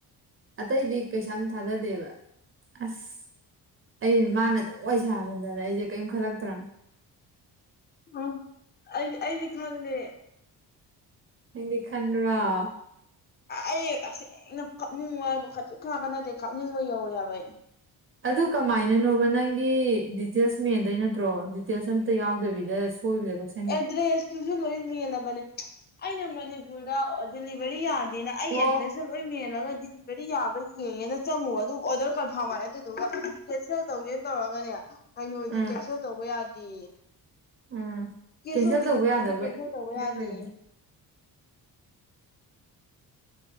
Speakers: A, on the right; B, on the left.
A: ꯑꯇꯩꯗꯤ ꯀꯩꯁꯥ ꯌꯥꯝ ꯊꯥꯗꯗꯦꯕ ꯑꯁ ꯑꯩ ꯃꯥꯅꯗꯣ ꯋꯥꯔꯤ ꯁꯥꯃꯟꯗꯅ ꯑꯩꯖꯦ ꯀꯩꯏꯝ ꯈꯜꯂꯛꯇ꯭ꯔꯝ꯫
B: ꯎꯝ ꯑꯩ ꯑꯩꯗꯤ ꯈꯪꯗꯦ
A: ꯅꯪꯗꯤ ꯈꯨꯗꯔꯣ꯫
B: ꯑꯩ ꯇꯁꯦꯡꯅ ꯀꯥꯅꯤꯡꯕ ꯍꯥꯏꯕ ꯈꯖꯤꯛ ꯈꯔ ꯀ ꯅꯠꯇꯦ ꯀꯥꯞꯅꯤꯡꯕ ꯌꯧꯔꯦ ꯍꯥꯏꯕ ꯑꯩ
A: ꯑꯗꯨ ꯀꯃꯥꯏꯅꯅꯣꯕ ꯅꯪꯒꯤ ꯗꯤꯇꯦꯜꯁ ꯃꯦꯟꯗꯩ ꯅꯠꯇ꯭ꯔꯣ ꯗꯤꯇꯦꯜꯁ ꯑꯝꯇ ꯌꯥꯎꯗꯕꯤꯗ ꯁꯣꯏꯕꯤꯗ ꯀꯛꯁ
B: ꯑꯦꯗ꯭ꯔꯦꯁꯇꯨꯖꯨ ꯂꯣꯏ ꯃꯦꯜꯂꯕꯅꯦ ꯑꯩꯅ ꯃꯅꯤꯄꯨꯔꯗ ꯑꯣ ꯗꯤꯂꯤꯕꯔꯤ ꯌꯥ <unintelligible> ꯑꯩ
A: ꯑꯣ
B: ꯑꯗꯨꯗ ꯁꯨꯝ ꯂꯣꯏ ꯃꯦꯜꯂꯒ ꯗꯤꯂꯤꯚꯔꯤ ꯌꯥꯕ꯭ꯔꯥ ꯌꯦꯡꯉꯦꯅ ꯆꯪꯉꯨꯕ ꯑꯗꯨ ꯑꯣꯔꯗꯔ ꯀꯟꯐꯥꯔꯝ ꯍꯥꯏ ꯑꯗꯨꯗꯨꯒ ꯀꯦꯟꯁꯦꯜ ꯇꯧꯒꯦꯅ ꯇꯧꯔꯒꯅꯦ ꯀꯩꯅꯣꯗꯤ
A: ꯎꯝ
B: ꯀꯦꯟꯁꯦꯜ ꯇꯧꯕ ꯌꯥꯗꯦ
A: ꯎꯝ
B: ꯀꯦꯁ
A: ꯀꯦꯟꯁꯦꯜ
B: ꯑꯣꯟ ꯗꯤꯂꯤꯚꯔꯤꯗꯤ
A: ꯇꯧꯕ ꯌꯥꯗꯕ
B: ꯀꯦꯟꯁꯦꯜ ꯇꯧꯕ
A: ꯀꯦꯕ
B: ꯌꯥꯗꯦ
A: ꯂꯩꯕ